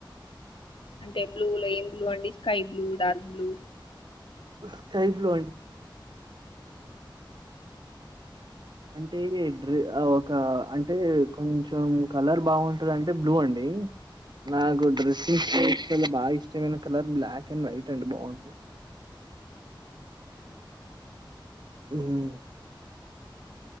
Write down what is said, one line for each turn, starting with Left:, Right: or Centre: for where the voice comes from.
Left: అంటే బ్లూలో ఏం బ్లూ అండి sky blue dark blue
Right: sky blue అండి అంటే రే ఆ ఒక అంటే కొంచెం కలర్ బాగుంటదంటే బ్లూ అండి నా గుడ్రసి చాల బాగా ఇష్టమైన కలర్ బ్లాక్ అండ్ వైట్ అండి బాగుంటది. మ్